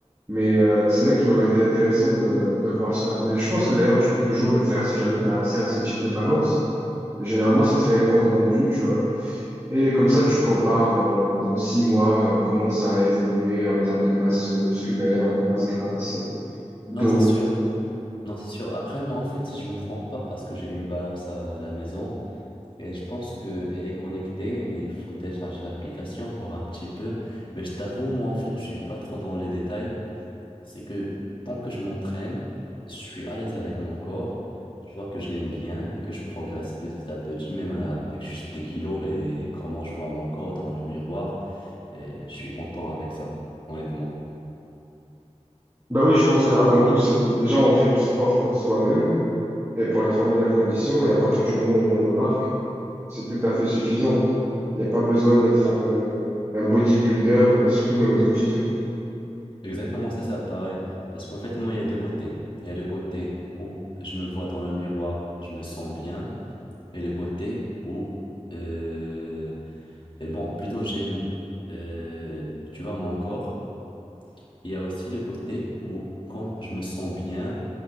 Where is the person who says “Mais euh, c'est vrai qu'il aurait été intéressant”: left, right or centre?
Right